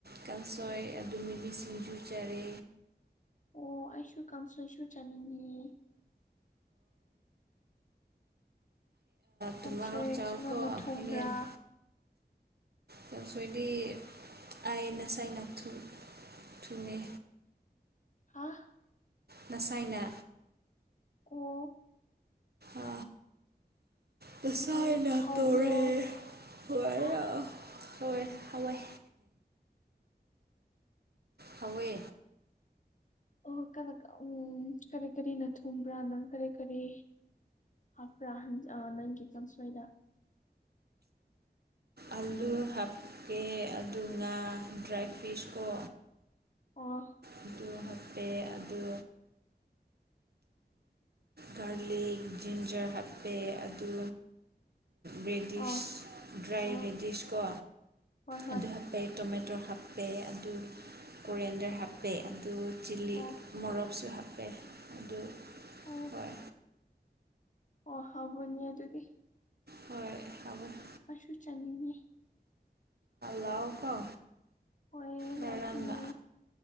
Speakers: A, on the right; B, on the left.
A: ꯀꯥꯡꯁꯣꯏ ꯑꯗꯨ ꯃꯤ ꯃꯤ ꯁꯤꯡꯖꯨ ꯆꯔꯦ
B: ꯑꯣ ꯑꯩꯁꯨ ꯀꯥꯡꯁꯣꯏꯁꯨ ꯆꯥꯅꯤꯡꯉ
A: ꯇꯣꯃꯥꯣ
B: ꯀꯥꯡꯁꯣꯏ
A: ꯆ
B: ꯀꯅꯥꯅ
A: ꯀꯣ
B: ꯊꯣꯡꯕ꯭ꯔꯥ
A: ꯍꯥꯏꯅꯤ ꯇꯁꯣꯏꯗꯤ ꯑꯥꯏꯩꯅꯁꯥꯏ ꯊꯨꯅꯤ
B: ꯍꯥꯥ
A: ꯅꯁꯥꯏꯅ
B: ꯑꯣ
A: ꯑ ꯇꯁꯥꯏꯅ
B: ꯑꯗꯨ ꯍꯥꯎꯕ꯭ꯔꯣ
A: ꯇꯣꯔꯦ ꯊꯌꯥ
B: ꯍꯥ
A: ꯍꯣꯏ ꯍꯋꯥꯏ ꯊꯋꯦ
B: ꯑꯣ ꯀ ꯎꯝ ꯀꯔꯤ ꯀꯔꯤꯅ ꯊꯨꯝꯕ꯭ꯔꯥ ꯅꯪ ꯀꯔꯤ ꯀꯔꯤ ꯍꯥꯞꯄ꯭ꯔꯥ ꯅꯪꯒꯤ ꯀꯥꯡꯁꯣꯏꯗ
A: ꯑꯂꯨ ꯍꯥꯞꯀꯦ ꯑꯗꯨꯒ ꯗ꯭ꯔꯥꯏ ꯐꯨꯔꯤꯁꯀꯣ
B: ꯑꯣ
A: ꯑꯗꯨ ꯍꯥꯞꯄꯦ ꯑꯗꯨ ꯒꯥꯔꯂꯤꯛ ꯖꯤꯟꯖꯔ ꯍꯥꯞꯄꯦ ꯑꯗꯨ ꯔꯦꯗꯤꯁ
B: ꯑꯣ
A: ꯗ꯭ꯔꯥꯏ
B: ꯑꯣ
A: ꯔꯦꯗꯤꯁ ꯀꯣ
B: ꯍꯣꯏ ꯍꯣꯏ
A: ꯑꯗꯨ ꯍꯥꯞꯄ ꯇꯣꯃꯦꯇꯣ ꯍꯥꯞꯄꯦ ꯑꯗꯨ ꯀꯣꯔꯤꯌꯥꯟꯗꯔ ꯍꯥꯞꯄꯦ ꯑꯗꯨ ꯆꯤꯂꯤ
B: ꯑꯣ
A: ꯃꯣꯔꯣꯛꯁꯨ ꯍꯥꯞꯄꯦ ꯑꯗꯨ
B: ꯑꯣ
A: ꯍꯣꯏ
B: ꯑꯣ ꯍꯥꯎꯕꯅꯦ ꯑꯗꯨꯗꯤ
A: ꯍꯣꯏ ꯍꯥꯎꯕꯅꯦ
B: ꯑꯩꯁꯨ ꯆꯥꯅꯤꯡꯉꯦ
A: ꯂꯥꯛꯑꯣꯀꯣ
B: ꯍꯣꯏ
A: ꯉꯔꯥꯡꯅ
B: ꯂꯥꯛꯅꯤ